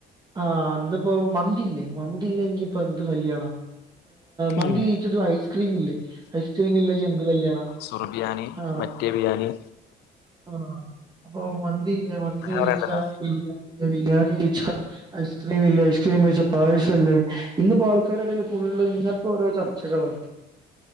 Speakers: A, on the right (about 25°); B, on the left (about 75°).
A: ആ അന്ന്പ്പോ മന്തില്ലേ മന്തില്ലെങ്കിൽ ഇപ്പൊ എന്ത് കല്യാണ മന്തി
B: ഉം
A: കഴിച്ചിട്ട് ഐസ്ക്രീം ഇല്ലേ ഐസ്ക്രീംല്ലെങ്കിൽ എന്ത് കല്യാണ
B: സുർ ബിയാണി
A: ആ
B: മറ്റേ ബിയാണി
A: ആ അപ്പൊ മന്തി ഇല്ലേ മന്തി
B: അങ്ങനെ
A: കഴിച്ച
B: പറയണ്ടല്ലോ
A: ബിരിയാണി ഇല്ലേ ബിരിയാണി കഴിച്ച ഐസ് ഐസ്ക്രീം ഇല്ലേ ഐസ്ക്രീം കഴിച്ച പായസംല്ലേ ഇന്നിപ്പോ ആൾക്കാരെഇടയിൽ ഫുള്ള് ഇങ്ങനത്തെ ഒരു ചർച ചർച്ചകളാണ്